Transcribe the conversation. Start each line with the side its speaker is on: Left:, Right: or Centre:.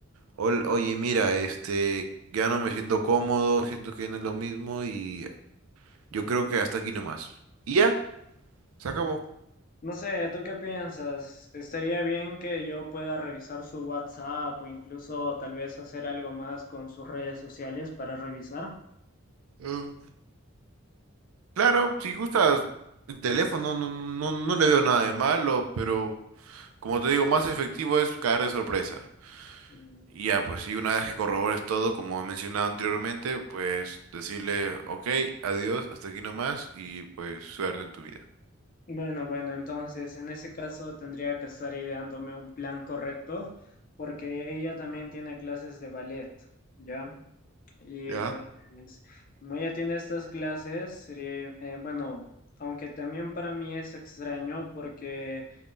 Right: ol- oye, mira, este, ya no me siento cómodo, siento que no es lo mismo y
Left: mm.
Right: yo creo que hasta aquí nomás. Y ya, se acabó.
Left: No sé, ¿tú qué piensas? ¿Estaría bien que yo pueda revisar su WhatsApp o incluso tal vez hacer algo más con sus redes sociales para revisar?
Right: Eh, claro, si gustas el teléfono, no, no, no, no le veo nada de malo, pero como te digo, más efectivo es caer de sorpresa.
Left: Mm,
Right: Y ya, pues, y una vez que corrobores todo, como he mencionado anteriormente, pues decirle, ok, adiós, hasta aquí nomás, y pues suerte en tu vida.
Left: Bueno, bueno, entonces en ese caso tendría que estar ideándome un plan correcto porque ella también tiene clases de ballet, ¿ya? Y
Right: Ya.
Left: pues como ella tiene estas clases, sería, eh, bueno, aunque también para mí es extraño porque...